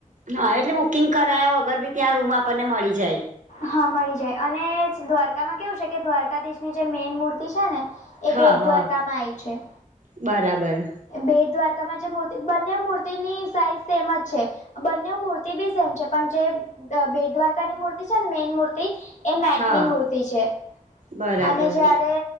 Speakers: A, on the right; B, on the left.
A: હા, એટલે બુકિંગ કરાયા વગર બી ત્યાં રૂમ આપણને મળી જાય.
B: હા મળી જાય, અને દ્વારકામાં કેવું છે કે દ્વારકાધીશની જે મેઈન મૂર્તિ છે ને એ
A: હા
B: બેટ
A: હા
B: દ્વારકામાં આયી છે.
A: બરાબર.
B: બેટ દ્વારકામાં જે મૂર્તિ બંનેઉ મૂર્તિની સાઈઝ સેમ જ છે. બંનેઉ મૂર્તિ બી સેમ છે પણ જે અ બેટ દ્વારકાની મૂર્તિ છે ને મેઇન મૂર્તિ એ મેટની
A: હા
B: મૂર્તિ છે,
A: બરાબર
B: અને જે ને